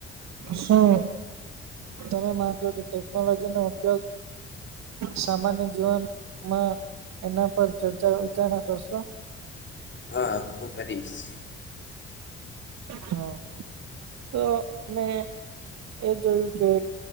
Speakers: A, on the right; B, on the left.
A: શું તમે માજો ટેકનોલોજી નો ઉપયોગ સામાન્ય જીવનમાં એના પર ચર્ચા વિર્ચારણા કરશો.
B: હા હું ફરીશ.
A: હા તો મેં. એ જોયું કે.